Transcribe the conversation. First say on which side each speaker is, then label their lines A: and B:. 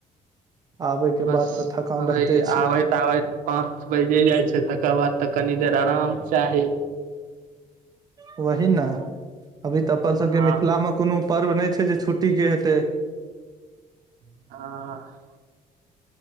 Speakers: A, on the right (about 30°); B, on the right (about 85°).
A: आबे के
B: बस
A: बाद तऽ थकान
B: ओही
A: रहिते छै
B: आबै। बै पाँच बैजे जाय छै तकर बाद तऽ कनि देर आराम चाही।
A: वही न। अभी तऽ अपन सबके
B: हँ
A: मिथिला मे कोनो पर्व नै छै जे छुट्टी के हेतै।
B: हँ।